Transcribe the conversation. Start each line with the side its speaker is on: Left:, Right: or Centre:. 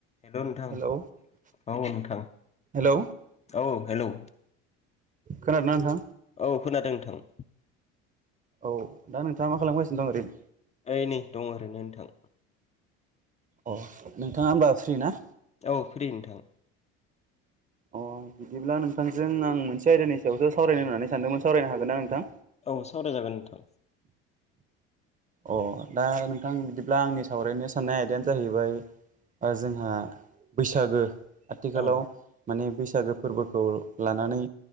Left: हेल' नोंथां
Right: हेलौ
Left: औ नोंथां
Right: हेलौ
Left: औ हेलौ
Right: खोनादोंना नोंथां
Left: औ खोनादों नोंथां
Right: औ दा नोंथाङा मा खालामगासिनो दं ओरै
Left: ओइ नै दङ ओरैनो नोंथां।
Right: अ नोंथाङा ओमबा फ्रि ना
Left: औ फ्रि नोंथां।
Right: अ बिदिब्ला नोंथांजों आं मोनसे आयदानि सायावसो सावरायनो होननानै सानदोंमोन सावरायनो हागोन ना नोंथां।
Left: औ सावरायजागोन नोंथां
Right: अ दा नोंथां बिदिब्ला आंनि सावरायनो साननाय आयदायानो जाहैबाय ओ जोंहा बैसागो आथिखालाव
Left: औ
Right: माने बैस सागो फोरबोखौ लानानै